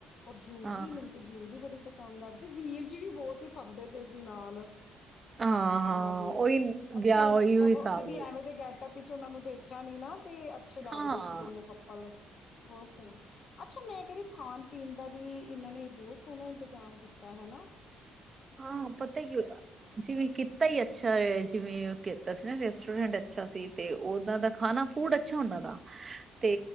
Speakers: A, on the left; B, on the right.
A: ਔ ਜੂਲਰੀ
B: ਹਾਂ
A: ਮੈਨੂੰ ਤੇ ਜੂਲਰੀ ਬੜੀ ਪਸੰਦ ਆ ਜੀ ਵੀਰ ਜੀ ਵੀ ਬਹੁਤ ਹੀ ਫਬਦੇ ਪਏ ਸੀ ਨਾਲ ਉਹਨਾਂ
B: ਹਾਂ ਹਾਂ
A: ਦੇ।
B: ਉਹੀ
A: ਅੱਛੇ
B: ਵਿਆਹ
A: ਮਤਲਬ
B: ਉਹੀ ਹਿਸਾਬ
A: ਕਦੀ
B: ਲ
A: ਐਵੇਂ ਦੇ ਗੈਟਅਪ ਵਿੱਚ ਉਹਨਾਂ ਨੂੰ ਦੇਖਿਆ ਨਹੀਂ ਨਾ ਤੇ ਅੱਛੇ ਲੱਗ
B: ਹਾਂ।
A: ਰਹੇ ਸੀ ਦੋਨੋ ਕੱਪਲ। ਬਹੁਤ ਸੋਹਣਾ ਅੱਛਾ ਮੈਂ ਕਹਿਦੀ ਖਾਣ ਪੀਣ ਦਾ ਵੀ ਇਹਨਾਂ ਨੇ ਬਹੁਤ ਸੋਹਣਾ ਇੰਤਜ਼ਾਮ ਕੀਤਾ ਹਨਾ।
B: ਹਾਂ ਪਤਾ ਹੀ ਜਿਵੇਂ ਕੀਤਾ ਹੀ ਅੱਛਾ ਜਿਵੇਂ ਕੀਤਾ ਸੀ ਨਾ ਰੈਸਟੋਰੈਂਟ ਅੱਛਾ ਸੀ ਤੇ ਉਹਨਾਂ ਦਾ ਖਾਣਾ ਫੂਡ ਅੱਛਾ ਉਹਨਾਂ ਦਾ ਤੇ